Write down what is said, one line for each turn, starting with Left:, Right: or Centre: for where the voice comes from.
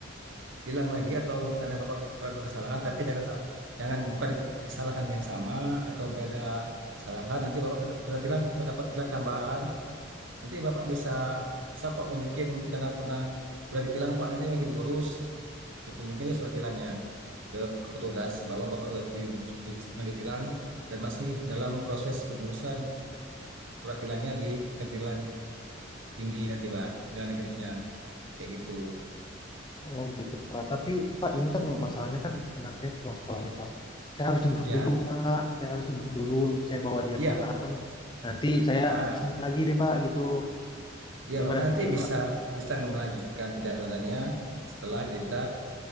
Right: bilang lagi atau misalnya bapak melakukan kesalahan tapi jangan sa- jangan bukan kesalahan yang sama atau beda kesalahan nanti bapak tetap kena tilang atau dapat tilang tambahan nanti bapak bisa bisa kok nunjukin ini karena pernah udah ditilang pak nanti lagi diurus tunjukin aja surat tilangnya ke, ke petugas bahwa bapak udah di- di- pernah ditilang dan masih dalam proses pengurusan surat tilangnya di pengadilan tinggi nanti pak pengadilan negerinya kayak gitu
Left: Oh gitu, Pak. Tapi, Pak, ini kan masalahnya kan anak saya pulang sekolah nih, Pak. Saya harus jemput
Right: ya
Left: dulu, Pak. Saya harus jemput dulu. Saya bawa dia
Right: iya
Left: pulang. Nanti saya
Right: Heeh.
Left: kesini lagi deh, Pak, gitu.
Right: Ya,
Left: Gimana
Right: Bapak
Left: kalau
Right: nanti
Left: gitu,
Right: bisa
Left: Pak?
Right: bisa melanjutkan perjalanannya setelah kita